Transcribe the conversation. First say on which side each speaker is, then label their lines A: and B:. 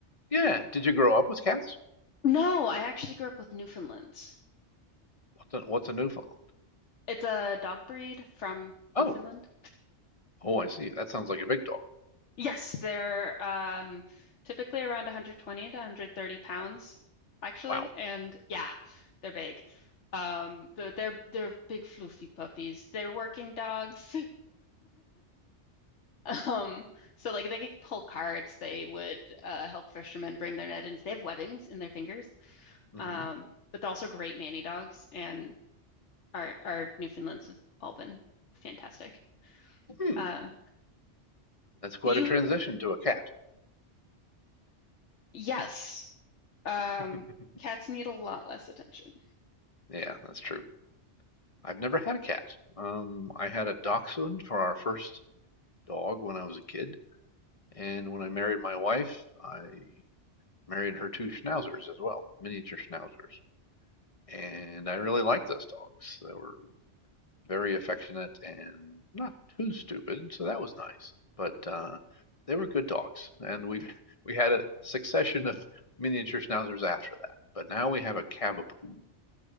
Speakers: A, on the left; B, on the left.
A: yeah. Did you grow up with cats?
B: No, I actually grew up with Newfoundlands.
A: What's a, what's a Newfoundland?
B: It's a dog breed from Newfoundland.
A: Oh, oh, I see. That sounds like a big dog.
B: Yes, they're um, typically around 120 to 130 pounds, actually,
A: Wow.
B: and yeah, they're big. Um, but they're they're big fluffy puppies. They're working dogs. <laughs> Um, so like they could pull carts. They would uh, help fishermen bring their net in. They have webbings in their fingers.
A: hmm
B: Um, but they're also great nanny dogs, and our our Newfoundlands have all been fantastic.
A: Hmm.
B: Uh,
A: That's quite
B: do you?
A: a transition to a cat.
B: Yes. Um,
A: <laughs>
B: cats need a lot less attention.
A: Yeah, that's true. I've never had a cat. Um, I had a dachshund for our first dog when I was a kid, and when I married my wife, I married her two schnauzers as well, miniature schnauzers. And I really liked those dogs. They were very affectionate and not too stupid, so that was nice. But uh, they were good dogs, and we <laughs> we had a succession of miniature schnauzers after that. But now we have a Cavapoo,